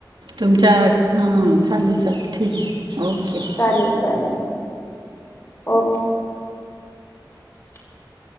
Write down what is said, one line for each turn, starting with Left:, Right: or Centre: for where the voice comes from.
Right: तुमच्या हम्म, चालेल चालेल ठीक आहे. ओके हं.
Left: चालेल चालेल, ओके. रीकाम आहे